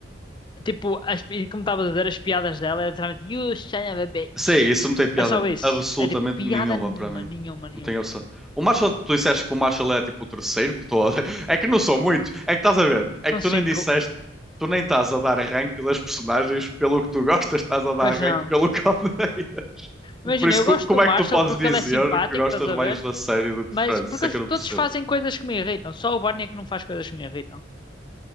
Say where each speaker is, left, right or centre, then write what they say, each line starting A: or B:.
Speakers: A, on the left (about 25°); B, in the centre.
A: tipo, as pi- como estava a dizer, as piadas dela é literalmente You son of a bitch.
B: Sim, isso não tem piada
A: É só
B: n-
A: isso.
B: absolutamente
A: É tipo, piada
B: nenhuma
A: nenhuma,
B: para mim.
A: nenhuma, nenhuma.
B: Não tem opção. O Marshall, tu disseste que o Marshall é tipo o terceiro que estou a... <laughs> É que não são muitos. É que estás a ver? É
A: São
B: que tu
A: cinco.
B: nem disseste, tu nem estás a dar rank das personagens pelo que tu gostas, estás a dar
A: Pois
B: rank
A: não.
B: pelo que odeias.
A: Imagina,
B: Por isso,
A: eu
B: co-
A: gosto
B: como
A: do
B: é
A: Marshall
B: que tu podes
A: porque
B: dizer
A: ele é simpático,
B: que gostas
A: estás a
B: mais
A: ver?
B: da série do que
A: Mas
B: de Friends?
A: porque
B: Isso é
A: eles
B: que eu
A: todos
B: não percebo.
A: fazem coisas que me irritam. Só o Barney é que não faz coisas que me irritam.